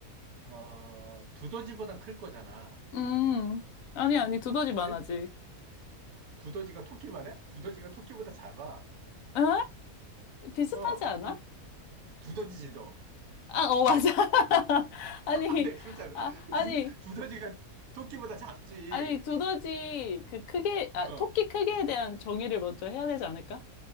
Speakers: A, on the right; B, on the left.
A: 어 두더지보단 클 거잖아.
B: 음. 아니, 아니, 두더지만
A: 그치?
B: 하지.
A: 두더지가 토끼만 해? 두더지가 토끼보다 작아.
B: 어? 비슷하지
A: 어,
B: 않아?
A: 너 두더지지 너.
B: 아, 어, 맞아. <laughs>
A: <laughs>
B: 아니,
A: 아, 네, 그렇지 않아.
B: 아, 아니.
A: 두 두더지가 토끼보다 작지.
B: 아니, 두더지, 그 크게, 아,
A: 어.
B: 토끼 크기에 대한 정의를 먼저 해야 되지 않을까?